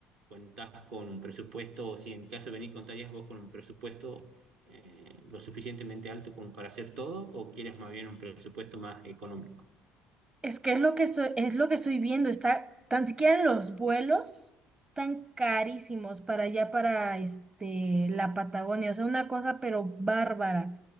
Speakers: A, on the right; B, on the right.
A: cuentas con un presupuesto o si en caso de venir contarías vos con un presupuesto eh, lo suficientemente alto como para hacer todo o quieres más bien un presupuesto más económico.
B: Es que es lo que estoy, es lo que estoy viendo, está, tan siquiera los vuelos están carísimos para allá, para este, la Patagonia, o sea, una cosa pero bárbara,